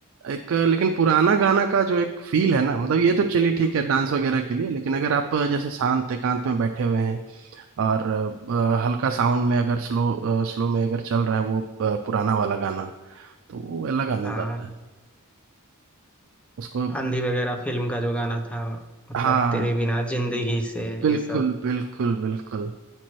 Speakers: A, on the right; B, in the centre.
A: एक लेकिन पुराना गाना का जो एक फील है ना मतलब ये तो चलिए ठीक है डांस वगैरह के लिए लेकिन अगर आप जैसे शांत एकांत में बैठे हुए हैं और अ, हल्का साउंड में अगर स्लो स्लो में अगर चल रहा है वो अ, पुराना वाला गाना तो वो अलग आनंद
B: हाँ
A: आता है उसको
B: आंधी वगैरह फिल्म का जो गाना था मतलब
A: हाँ
B: तेरे बिना जिंदगी से
A: बिल्कुल
B: ये सब
A: बिल्कुल बिल्कुल